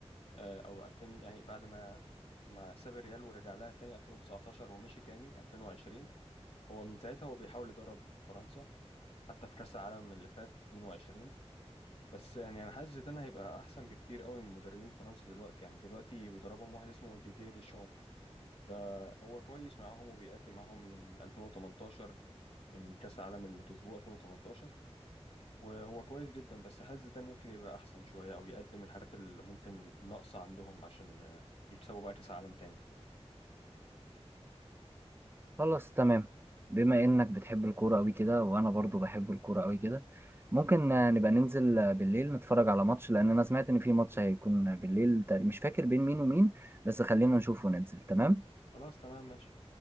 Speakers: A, on the left; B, on the right.
A: آه، او 2000 يعني بعد ما ما ساب الريال ورجع لها تاني 2019 ومشي تاني 2020 هو من ساعتها هو بيحاول يدرب فرنسا حتى في كأس العالم اللي فات 22 بس يعني انا حاسس زيدان هيبقى احسن بكتير قوي من مدربين فرنسا دلوقتي يعني دلوقتي بيدربهم واحد اسمه ديديه ديشام ده هو كويس معاهم وبيقدم معاهم من 2018 من كاس العالم اللي كسبوه 2018 وهو كويس جدا بس حاسس زيدان ممكن يبقى احسن شويه او يقدم الحاجات اللي ممكن ناقصه عندهم عشان آه، يكسبوا بقى كاس عالم تاني
B: خلاص تمام بما انك بتحب الكورة قوي كده وانا برضو بحب الكورة قوي كده ممكن آه، نبقى ننزل آه، بالليل نتفرج على ماتش لان انا سمعت ان في ماتش هيكون بالليل تقريباً- مش فاكر بين مين ومين بس خلينا نشوف وننزل تمام
A: خلاص تمام ماشي